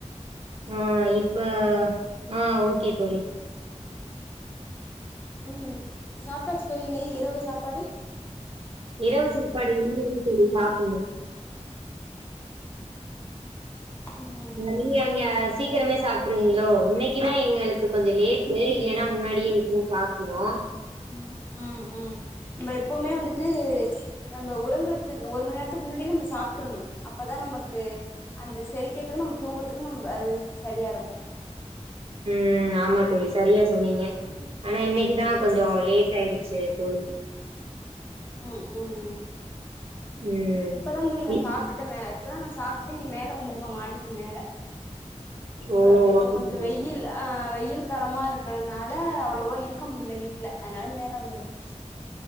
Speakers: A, on the right; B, on the left.
A: ஆஹ் இப்ப ஆஹ் ஓகே தோழி
B: உம் சாப்பிட்டாச்சு தோழி நீ இரவு சாப்பாடு
A: இரவ சாப்பாடு இன்னுஇன்னு தோழி சாப்பிடணும்
B: ம்
A: நீங்க அங்க சீக்கிரமே சாப்ட்ருவீங்களோ இன்னைக்குதான் எங்களுக்கு கொஞ்சம் லேட்டு இல்லைன்னா முன்னாடியே எப்பவும் சாப்பிடுவோம்
B: ம் ம் <unintelligible> எப்பவுமே வந்துட்டு நம்ம உறங்கறதுக்கு ஒரு மணி நேரத்துக்கு முன்னாடியே நம்ம சாப்பிட்டுரணும் அப்பதான் நமக்கு அந்த செரிக்கிறதுக்கும் நம்ம தூங்குறதுக்கும் நம்ம அது சரியா இருக்கும்
A: உம் ஆமா தோழி சரியா சொன்னீங்க ஆனா இன்னைக்கு நான் கொஞ்சம் லேட் ஆயிடுச்சு தோழி
B: உம் உம்
A: ம்.
B: இப்பதான் தோழி நா
A: இ
B: சாப்பிட்டு இப்போதான் நான் சாப்பிட்டு இங்க மேல வந்திருக்கேன் மாடிக்கு மேல
A: ஓ
B: இ இப்போ
A: ஓகே
B: கொஞ்சம்
A: தோழி.
B: வெயில் அஹ் வெயில் களமா இருக்கிறதுனால அவ்வளவா இருக்க முடியல வீட்டுல அதனால மேல வந்திருக்கேன்